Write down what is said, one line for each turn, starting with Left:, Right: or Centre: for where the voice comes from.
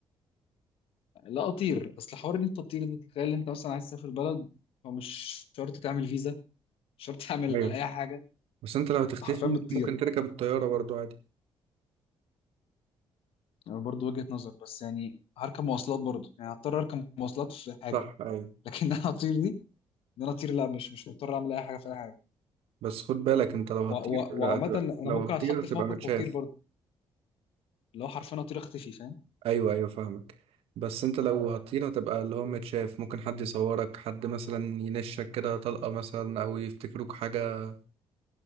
Left: لا اطير اصل حوار ان انت تطير ده تخيل انت مثلا عايز تسافر بلد فمش شرط تعمل فيزا مش شرط تعمل
Right: ايوه
Left: اي حاجه
Right: بس انت لو هتختفي
Left: أنت حرفيا بتطير
Right: ممكن تركب الطيارة برضو عادي
Left: يعني برضه وجهه نظر بس يعني هركب مواصلات برضه يعني هضطر اركب مواصلات في حاجه
Right: صح ايوه
Left: لكن <laughs> انا اطير دي ان انا اطير لا مش مش مضطر اعمل اي حاجه في اي حاجه
Right: بس خد بالك انت لو هتطير
Left: و- و- وعامة
Right: هتبقى
Left: انا
Right: لو
Left: ممكن
Right: هتطير
Left: اتحط
Right: هتبقى
Left: في موقف
Right: متشاف
Left: خطير برضه اللي هو حرفيا اطير اختفي فاهم
Right: ايوه ايوه فاهمك بس انت لو هتطير هتبقى اللي هو متشاف ممكن حد يصورك حد مثلا ينشك كده طلقة مثلا او يفتكروك حاجة